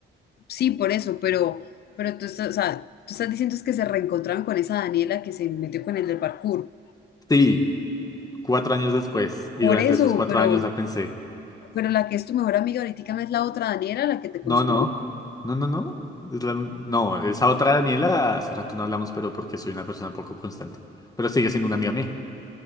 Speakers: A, on the left (about 55°); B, on the left (about 20°).
A: sí, por eso, pero, pero tú estás, o sea, tú estás diciendo es que se reencontraron con esa Daniela que se metió con el del parkour.
B: Sí, cuatro años después, y
A: Por
B: durante
A: eso,
B: esos cuatro
A: pero
B: años la pensé,
A: Pero la que es tu mejor amiga ahorita no es la otra Daniela, la que te consumió.
B: no, no, no, no, no, es la- no, esa otra Daniela, hace rato no hablamos, pero porque soy una persona poco constante, pero sigue siendo una amiga mía.